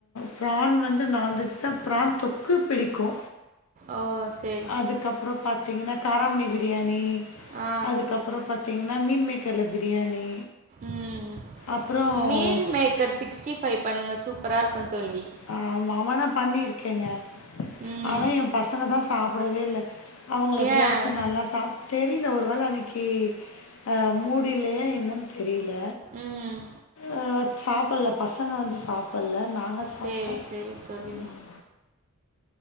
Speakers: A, on the left; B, on the right.
A: ப்ரான் வந்து நான்வெஜ் தா ப்ரான் தொக்கு பிடிக்கு
B: ஆ சேர்
A: அதுகப்றோ பாத்தீங்கனா காராமணி பிரியாணி
B: ஆ.
A: அதுக்கப்றோ பாத்தீங்கனா மீன் மேக்கர்ல பிரியாணி
B: ம்
A: அப்புறம்
B: மீள்
A: ஸ்
B: maker sixty five பண்ணுங்க சூப்பரா இருக்கு தோழி
A: ஆமா ஆமானா பண்ணிருக்கேங்க
B: ம்.
A: ஆனா எ பசங்க தா சாப்டவே இல்ல அவங்கள எப்டியாச்சு
B: ஏன்?
A: நல்லா சாப் தெரியில ஒரு வேள அன்னைக்கி அ மூடு இல்லையா என்னன் தெரியில
B: ம்.
A: அ சாப்பல்ல பசங்க வந்து சாப் பல்ல நாங்க சாப்ட்டோ
B: சரி, சரி தோழி.
A: ம்